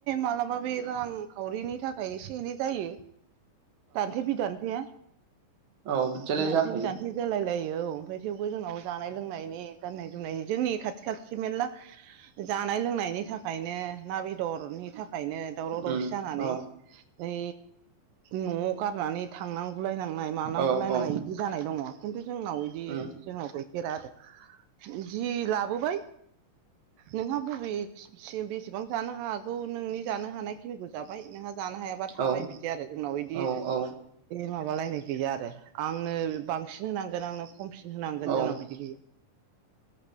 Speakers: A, on the right; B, on the right.
A: मालाबा बे रां खावरिनि थाखाय एसे एनै जायो।
B: <unintelligible>
A: दान्थे बि दान्थे
B: औ बिदियालाय
A: दान्थे
B: जाखायो
A: बिदान्थे जालाय लायो ओमफ्राय थेवबो जोंनाव जानाय लोंनायनि गाननाय जोमनाय जोंनि खाथि खाथि मेलला जानाय लोंनायनि थाखायनो ना बेदरनि थाखायनो दावराव दावसि
B: उम
A: जानानै
B: औ
A: नै न'आव गारनानै थांनां गुगुलाय नांनाय मानांगुलाय
B: औ
A: नांनाय
B: औ
A: इदि जानाय दङ खिन्थु जोंनाव बिदि
B: उम
A: जोंनाव गैफेरा आरो जि लाबोबाय नोंहा बबे से-बेसेबां जानो हागौ नोंनि जानो हानाय खिनिखौ जाबाय नोंहा जानो हायाबा थाबाय
B: औ
A: बिदि आरो जोंनाव इदि
B: औ औ
A: माबालायनाय गैया आरो आंनो बांसिन होनांगोन आंनो खमसिन होनांगोन
B: औ
A: जोंनाव बिदि गैया।